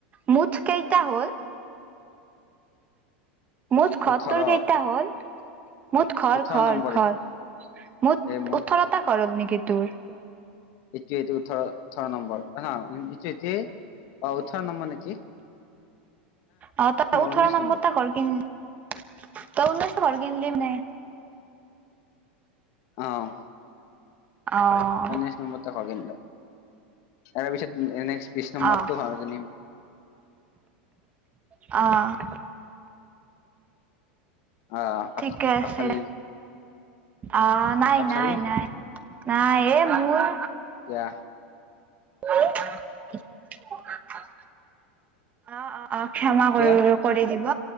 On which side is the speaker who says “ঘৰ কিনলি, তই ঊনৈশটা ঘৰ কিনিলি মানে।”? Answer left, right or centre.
Right